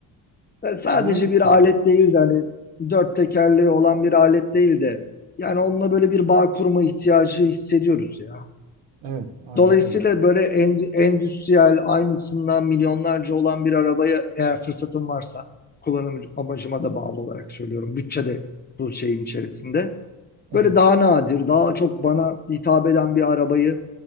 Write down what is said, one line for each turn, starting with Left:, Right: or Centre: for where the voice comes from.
Left: Yani sadece
Right: Ben aynı fikirdeyim.
Left: bir alet değil de hani dört tekerleği olan bir alet değil de yani onunla böyle bir bağ kurma ihtiyacı hissediyoruz ya.
Right: Evet, aynen
Left: Dolayısıyla
Right: öyle.
Left: böyle end- endüstriyel aynısından milyonlarca olan bir arabaya eğer fırsatım varsa kullanım amacıma da bağlı olarak söylüyorum. Bütçe de bu şeyin içerisinde.
Right: Evet.
Left: Böyle daha nadir, daha çok bana hitap eden bir arabayı